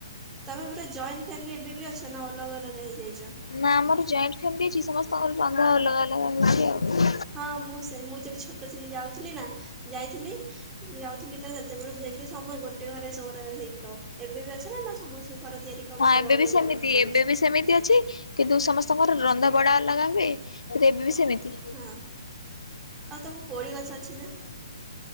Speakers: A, on the right; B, on the left.
A: ତମେ ପୁର ଜଏଣ୍ଟ ଫ୍ୟାମିଲି ଏବେ ବି ଅଛ ନା ଅଲଗା ଅଲଗା ହେଇଯାଇଛ?
B: ନା ଆମର ଜଏଣ୍ଟ ଫ୍ୟାମିଲି ଅଛି ସମସ୍ତଙ୍କର ରନ୍ଧା ଅଲଗା ଅଲଗା ହଉଛି ଆଉ।
A: ହଁ ମୁଁ ସେ ମୁଁ ଯେବେ ଛୋଟ ଥିଲି ଯାଉଥିଲି ନା ଯାଇଥିଲି। ମୁଁ ଯାଉଥିଲି ତ ସେତେବେଳେ ମୁଁ ଯାଇକି ସମୟ ଗୋଟେ ଘରେ ସୋରେ ହେଇକି ରହ ଏବେ ବି ଅଛି। ନା ସମସ୍ତେ ଘର ତିଆରି କଲେ
B: ହଁ
A: ଅଲଗା
B: ଏବେ ବି
A: ଅଲଗା
B: ସେମିତି
A: ଜାଗାକୁ ପଳେଇଛ।
B: ଏବେ ବି ସେମିତି ଅଛି କିନ୍ତୁ ସମସ୍ତଙ୍କର ରନ୍ଧା ବଡା ଅଲଗା ହୁଏ ଏବେ ବି ସେମିତି।
A: ହଁ ଆଉ ତମକୁ କୋଳି ଗଛ ଅଛି ନା?